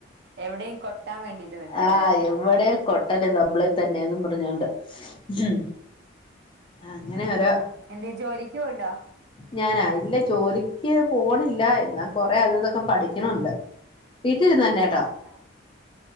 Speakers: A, on the right; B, on the left.
A: എവിടെയും കൊട്ടാൻ വേണ്ടീട്ട് നിക്കലേ
B: ആഹ് എവിടെ കൊട്ടല്ലമ്പള തന്നെയും പറഞ്ഞോണ്ട് ഉം അങ്ങനെ ഓരോ
A: എന്തേ ജോലിക്ക് പോവ്ണ്ടോ
B: ഞാനാ ഇല്ല ജോലിക്ക് പോണില്ല എന്നാ കൊറെേ അത് ഇതൊക്കെ പഠിക്കണുണ്ട് വീട്ടിരുന്ന് തന്നെട്ടോ
A: ആഹ്